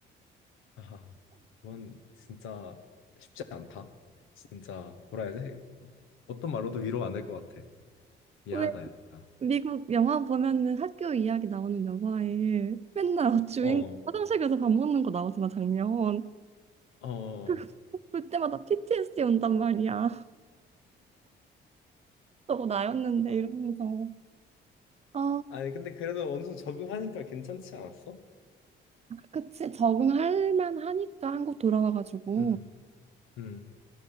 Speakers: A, on the left; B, on the right.
A: 아, 그건 진짜 쉽지 않다. 진짜 뭐라 해야 지 어떤 말로도 위로가 안 될 것 같아. 미안하다,
B: 왜
A: 야.
B: 미국 영화 보면은 학교 이야기 나오는 영화에 맨날 주인공
A: 어,
B: 화장실 가서 밥 먹는 거 나오잖아, 장면.
A: 어,
B: 그- 그때마다 PTSD 온단 말이야. <laughs> 저거 나였는데
A: 어,
B: 이러면서. 아,
A: 아니, 근데 그래도 어느 정도 적응하니까 괜찮지 않았어?
B: 그치, 적응할 만하니까 한국 돌아와가지고.
A: 음, 음.